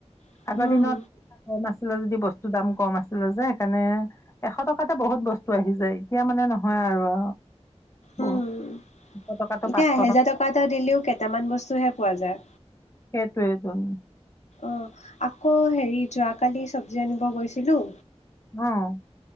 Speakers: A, on the left; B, on the left.
A: উম,
B: আগৰ দিনত- কম আছিলে যদি বস্তুৰ দাম কম আছিলে যে সেইকাৰণে। এশ টকাতে বহুত বস্তু আহি যায় এতিয়া মানে নহয় আৰু
A: উম।
B: বহুত। এশ টকাটো
A: এতিয়া
B: পাঁচশ
A: এহেজাৰ টকা এটা দিলেও কেইটামান বস্তু হে পোৱা যায়।
B: সেইটোয়েটোন।
A: অঁ আকৌ হেৰি যোৱাকালি চব্জি আনিব গৈছিলোঁ।
B: অঁ!